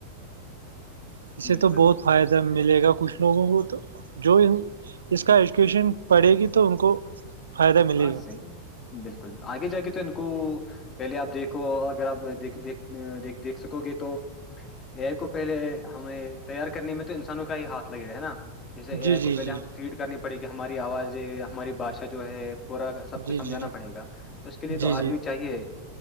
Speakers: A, on the right (about 75°); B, on the left (about 25°).
A: اس سے
B: بالکل
A: تو بہت فائدہ ملے گا کچھ لوگوں کو تو جو اس کا ایجوکیشن پڑھے گی تو ان کو فائدہ ملے
B: ہاں
A: گا
B: صحیح ہے بالکل آگے جا کے تو ان کو پہلے آپ دیکھو اگر آپ دیک دیک دیکھ سکو گے تو یہ کو پہلے ہمیں تیار کرنے میں تو انسانوں کا ہی ہاتھ لگے گا ہے نا جیسے اے
A: جی
B: آئی
A: جی
B: کو پہلے
A: جی
B: ہم فیڈ کرنی پڑے کہ ہماری آوازیں ہماری باشا جو ہے پورا سب کچھ
A: جی
B: سمجھانا
A: جی جی
B: پڑے گا تو اس کے لیے
A: جی
B: تو آدمی
A: جی
B: چاہیے